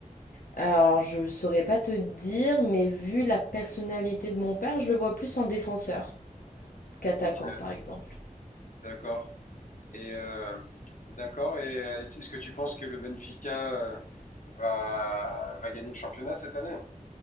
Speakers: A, on the left (about 85°); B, on the left (about 65°).
A: Alors, je saurais pas te dire, mais vu la personnalité de mon père, je le vois plus en défenseur qu'attaquant,
B: Ok,
A: par exemple.
B: d'accord. Et euh, d'accord. Et euh, est-ce que tu penses que le Benfica euh, va, va gagner le championnat cette année